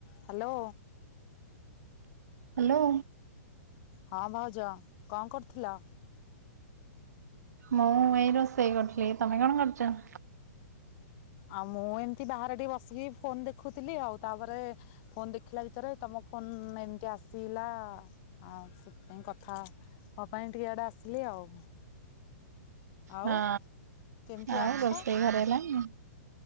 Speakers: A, on the left; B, on the right.
A: ହାଲୋ।
B: ହାଲୋ।
A: ହଁ, ଭାଉଜ କଣ କରୁଥିଲ?
B: ମୁଁ ଏଇ ରୋଷେଇ କରୁଥିଲି ତମେ କଣ କରୁଛ?
A: ଆଉ ମୁଁ ଏମତି ବାହାରେ ଟିକେ ବସିକି ଫୋନ୍ ଦେଖୁଥିଲି ଆଉ ତାପରେ ଫୋନ ଦେଖିଲା ଭିତରେ ତମ ଫୋନ ଏମିତି ଆସିଲା ଆଉ ସେଥିପାଇଁ କଥା ହଁ ପା ଏମତି ଟିକେ ଆଡେ ଆସିଲି ଆଉ। ଆଉ
B: ହଁ,
A: କେମିତି
B: ଆଉ
A: ଅଛ?
B: ରୋଷେଇ ଘରେ ହେଲାଣି?